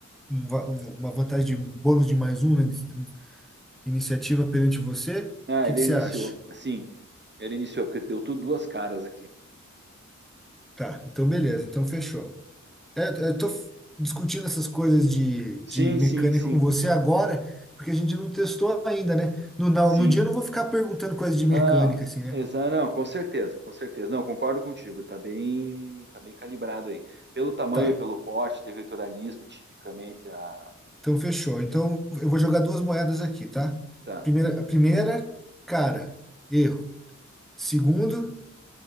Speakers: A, in the centre; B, on the right (about 35°).
A: um va- um- uma vantagem de um bônus de mais um na ini- iniciativa perante você? O
B: Ah,
A: que
B: ele
A: que você
B: iniciou.
A: acha?
B: Sim, ele iniciou, porque deu tudo duas caras aqui.
A: Tá, então beleza, então fechou. É, eu tô f- discutindo essas coisas de, de
B: Sim,
A: mecânica
B: sim, sim,
A: com você agora, porque a gente não testou ainda, né? No, na-
B: sim.
A: no dia eu não vou ficar perguntando coisas de mecânica,
B: Não,
A: assim, né?
B: exa não, com certeza, com certeza. Não, concordo contigo, tá bem, tá bem calibrado aí. Pelo tamanho,
A: Tá.
B: pelo porte, territorialismo, tipicamente a...
A: Então, fechou. Então, eu vou jogar duas moedas aqui, tá?
B: Tá.
A: Primeira, a primeira, cara, erro. Segundo,